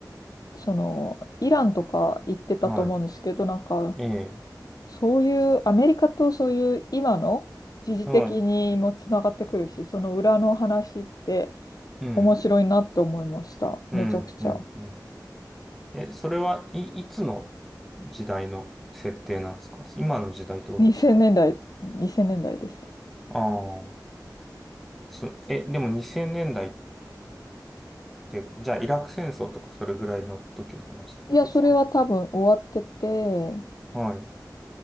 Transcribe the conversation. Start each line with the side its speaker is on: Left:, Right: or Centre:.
Left: その、イランとか行ってたと思うんですけど、
Centre: は
Left: なんか、
Centre: い。え
Left: そういう、アメリカとそういう今の時事的にもつながってくるし、
Centre: ー、はい。
Left: その裏の話って
Centre: うん、
Left: 面白いなって思いました。
Centre: うん、
Left: めちゃくちゃ。
Centre: うん、うん。え、それは、い、いつの時代の設定なんですか今の時代ってことですか
Left: 2000年代、2000年代です。
Centre: ああー。そ、え、でも2000年代って、じゃあイラク戦争とかそれぐらいの時の話ってことですか
Left: いや、それは多分終わってて、
Centre: はい、